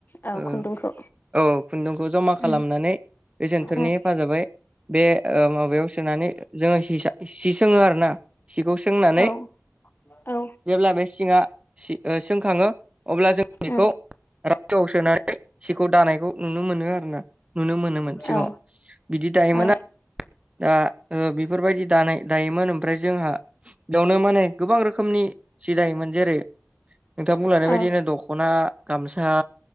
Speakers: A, on the left; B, on the right.
A: औ
B: ओ
A: खुन्दुंखौ
B: औ खुन्दुंखो ज'मा खालामनानै
A: उम
B: बे जोन्थोरनि
A: उम
B: हेफाजाबै बे ओ माबायाव सोनानै जोङो हिसा सि सोङो आरोना सिखौ सोंनानै
A: औ औ
B: जेब्ला बे सिंआ सि ओ सोंखाङो अब्ला जों बिखौ
A: उम
B: <unintelligible> सोआव सोनानै सिखौ दानायखौ नुनो मोनो आरोना नुनो मोनो। मोन सिगाङाव
A: औ
B: बिदि दायोमोन
A: औ
B: आर दा ओ बेफोरबायदि दानाय दायोमोन ओमफ्राय जोंहा बेयावनो माने गोबां रोखोमनि सि दायोमोन जेरै नोंथां बुंलानाय बायदिनो
A: औ
B: दख'ना गामसा